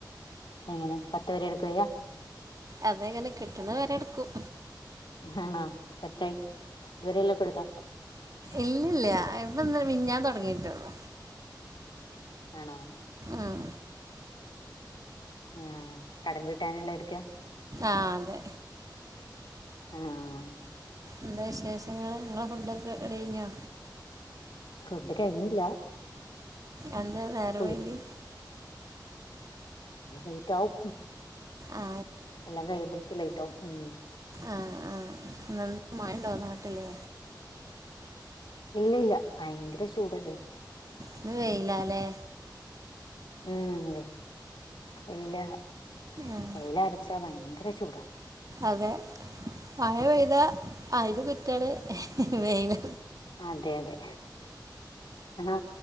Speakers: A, on the left; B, on the right.
A: എങ്ങനെ പത്ത് വരെ എടുക്കുകയാ.
B: അതെങ്ങനെ, കിട്ട്ണ വരെ ഇട്ക്കും.
A: ആണാ എത്രായി ഇതുവരെള്ളെക്കേ എടുത്തോ.
B: ഇല്ല്യല്ലാ ൻക്കിന്ന് മിഞ്ഞാന്ന് തൊടങ്ങീട്ടെള്ളൂ.
A: ആണോ.
B: ആഹ്.
A: ആഹ് കടം വീട്ടാനുള്ളത് എട്ക്കാ.
B: ആഹ് അതെ.
A: ആഹ്.
B: എന്താ വിശേഷങ്ങള് ഇങ്ങളെ ഫുഡെക്കെ ഇടൈഞ്ഞോ.
A: ഫുഡ് കഴിഞ്ഞില്ല.
B: എന്താ നേരം
A: ഇപ്പൊ
B: വഴ്കി.
A: ലൈറ്റവും
B: ആ
A: എല്ലാം കഴിയുമ്പള്. ലൈറ്റാവും ഉം.
B: ആഹ് ആഹ് ന്നന്ത മയണ്ടോ നാട്ടില്
A: ഇല്ലില്ല, ഭയങ്കര ചൂടല്ലേ.
B: ഇന്ന് വെയിലാ ല്ലേ.
A: ഉം ഇല്ല
B: ആ
A: വെയിലാ വെയില ച്ചാ ഭയങ്കര ചൂടാ
B: അതെ മഴ പെയ്താ അയിന് കുറ്റാണ് വെയില്
A: അതെ അതെ ആ